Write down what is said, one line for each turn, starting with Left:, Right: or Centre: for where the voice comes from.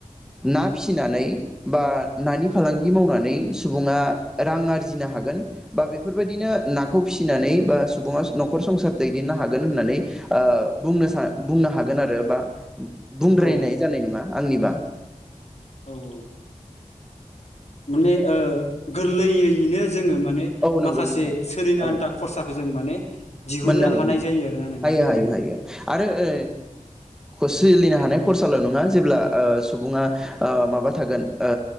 Centre: ना फिसिनानै बा नानि फालांगि मावनानै सुबुङा रां आरजिनो हागोन बा बेफोरबायदिनो नाखौ फिसिनानै बा सुबुङा न'खर संसार दैदेननो हागोन होननानै ओ बुंनो सा बुंनो हागोन आरो बा बुंद्रायनाय
Left: औ
Centre: जानाय नङा आंनिबा
Left: औ औ। माने ओ गोरलैयैनो जोङो माने
Centre: औ
Left: माखासे
Centre: नंगौ नोंथां
Left: सोलिनो
Centre: औ
Left: आन्था खरसाखौ जों माने दिहुननो
Centre: मोननो हायो।
Left: हानाय जायो आरोना नोंथां
Centre: हायो हायो
Left: औ
Centre: हायो आरो ओ खस सोलिनो हानाय खरसाल' नङा जेब्ला ओ सुबुङा ओ माबा थागोन ओ